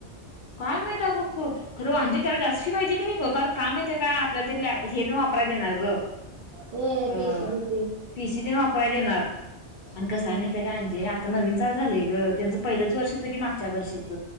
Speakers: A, on the left (about 55°); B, on the right (about 65°).
A: काय माहित आग कु खरं अंजे त्याला जास्त पाहिजे का नाही ग कारण का माहिती का आपल्याला ते हे ते वापराय देणार ग.
B: होय
A: अ
B: पैसे बिसे
A: पि सी ते वापराय देणार
B: हम्म
A: आणि कस आहे माहिते का अंजे आता नवीन चालू झालंय ग त्यांचं पहिलंच वर्ष होतं की मागच्या वर्षीच